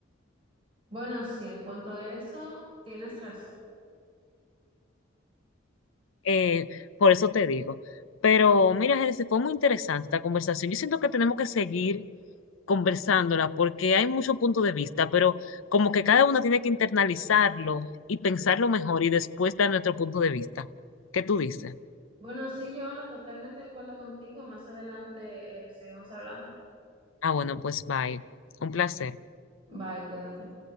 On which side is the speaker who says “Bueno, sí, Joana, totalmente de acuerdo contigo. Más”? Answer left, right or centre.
Right